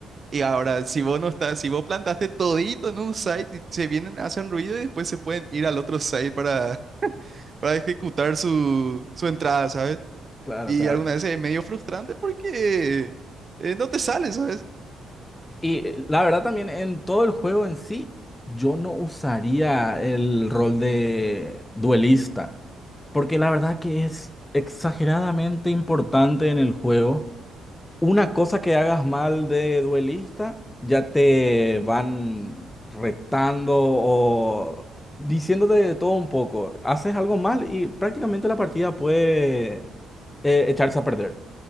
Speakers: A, on the right; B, on the left.
A: Y ahora, si vos no estás, si vos plantaste todito en un site y se vienen, hacen ruido y después se pueden ir al otro site para, <laughs> para ejecutar su, su entrada, ¿sabes?
B: Claro,
A: Y
B: claro.
A: alguna vez es medio frustrante porque eh, no te sale, ¿sabes?
B: Y eh, la verdad también en todo el juego en sí, yo no usaría el rol de duelista, porque la verdad que es exageradamente importante en el juego. Una cosa que hagas mal de duelista, ya te van retando o diciéndote de todo un poco. Haces algo mal y prácticamente la partida puede eh, echarse a perder.